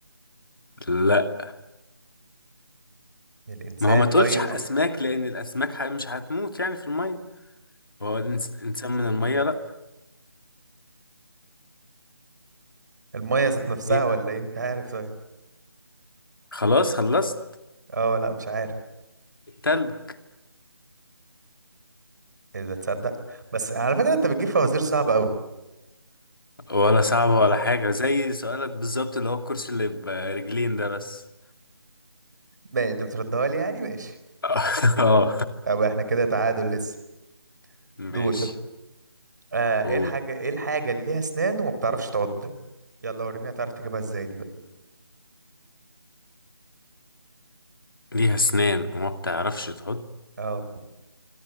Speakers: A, on the left (about 60°); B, on the right (about 50°).
A: لا
B: الانسان
A: ما هو ما تقولش
B: طيب
A: أسماك لأن الأسماك ح- مش هتموت يعني في المية هو الإنس- إنسان من المية لا
B: الميه ذات نفسها
A: إيه
B: ولا ايه مش عارف طيب
A: خلاص خلصت
B: اه لا مش عارف
A: التلج
B: اذا تصدق بس على فكره انت بتجيب فوازير صعبه قوي
A: ولا صعبة ولا حاجة زي سؤالك بالظبط اللي هو الكرسي اللي برجلين ده بس
B: ما يعني انت بتردها لي يعني ماشي
A: <laughs> اه
B: طب احنا كده تعادل لسه دور
A: ماشي
B: آه
A: قول
B: ايه الحاجه ايه الحاجه اللي ليها اسنان وما بتعرفش تعض يلا وريني هتعرف تجيبها ازاي دي بقى
A: ليها اسنان وما بتعرفش تحط
B: اه